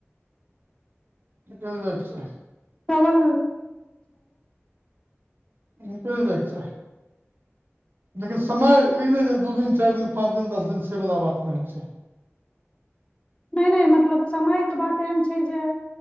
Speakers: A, on the right; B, on the left.
A: निकल जाय छिय
B: ट्रैवल
A: निकलि जाइ छ लेकिन समय ई नहि जे दू दिन चारि दिन पाँच दिन दस दिन सेवला बात नहि होइ छै
B: <inaudible> नहि नहि मतलब समयके बात एहन छै जे